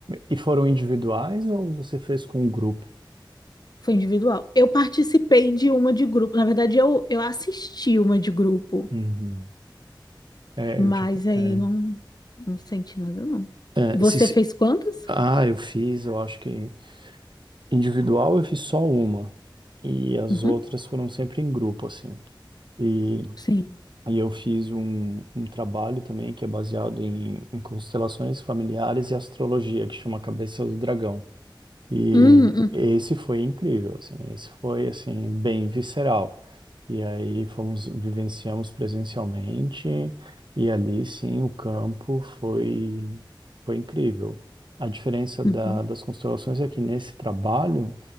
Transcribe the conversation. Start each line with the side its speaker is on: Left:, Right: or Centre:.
Right: E foram individuais ou você fez com um grupo?
Left: Foi individual. Eu participei de uma de grupo. Na verdade, eu, eu assisti uma de grupo,
Right: Uhum. É,
Left: mas
Right: eu tipo,
Left: aí
Right: é,
Left: não, não senti nada, não.
Right: é,
Left: Você
Right: se- se-
Left: fez quantas?
Right: ah, eu fiz, eu acho que individual eu fiz só uma e as
Left: Uhum,
Right: outras foram sempre em grupo, assim. E,
Left: sim.
Right: e eu fiz um, um trabalho também que é baseado em, em constelações familiares e astrologia, que chama Cabeça do Dragão. E
Left: Hum, uhum,
Right: esse foi incrível, assim, esse foi assim bem visceral. E aí fomos vivenciamos presencialmente e ali sim o campo foi foi incrível. A diferença
Left: uhum,
Right: da- das constelações é que nesse trabalho